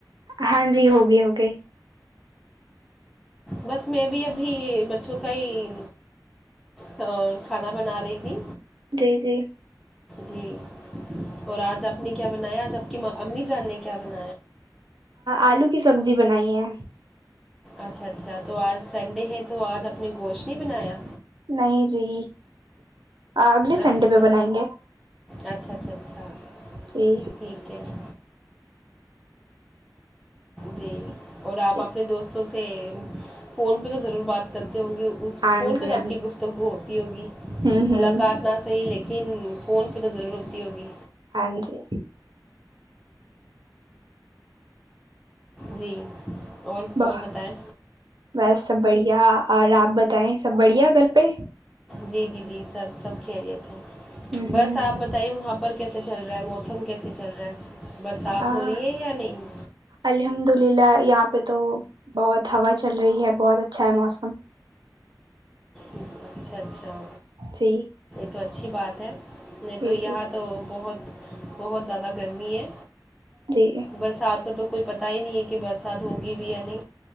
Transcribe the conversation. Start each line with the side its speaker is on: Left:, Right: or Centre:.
Right: ہاں جی ہوگی ہو گی
Centre: بس میں بھی ابھی بچوں کا ہی کھانا بنا رہی تھی
Right: جی جی
Centre: جی اور آج آپ نے کیا بنایا آج آپ کی امی جاننے کی کیا بنا
Right: آلو کی سبزی بنائی ہے
Centre: اچھا اچھا تو آج سنڈے ہے تو آج اپ نے گوشت نہیں بنایا
Right: نہیں جی اگلے
Centre: اچھا
Right: سنڈے
Centre: اچھا
Right: پہ بنائیں گے
Centre: اچھا اچھا اچھا
Right: جی
Centre: ٹھیک ہے جی اور آپ
Right: جی
Centre: اپنے دوست تو سے فون پہ تو ضرور بات کر ہوں گے اس
Right: ہاں
Centre: فون
Right: جی
Centre: میں تو
Right: ہاں
Centre: آپ
Right: جی
Centre: کی گفتگو ہوتی ہوگی
Right: ہ
Centre: ملاقات
Right: ہ
Centre: کاٹنا صحی لیکن فون پہ تو ضرور ہوتی ہوگی
Right: ہاں جی
Centre: جی اور
Right: ب
Centre: اور بتائیں
Right: بس سب بڑھیا اور آپ بتائیں سب بڑھیا گھر پہ
Centre: جی جی جی سب سب خیریے
Right: ہ
Centre: بس آپ بتائیے وہاں پر کیسے چل رہا ہے موسم کیسے چل رہا ہے برسات
Right: ہ
Centre: ہو رہی ہے یا نہیں
Right: الحمد للہ یہاں پہ تو بہت ہوا چل رہی ہے بہت اچ اچھا ہے موسم
Centre: اچھا اچھا
Right: جی
Centre: تو اچھی بات ہے نہیں
Right: جی
Centre: تو یہاں
Right: جی
Centre: تو بہت بہت زیادہ گرمی ہے
Right: جی
Centre: برسات کا تو کوئی پتا ہی نہیں ہے برسات ہوگی بھی یعنی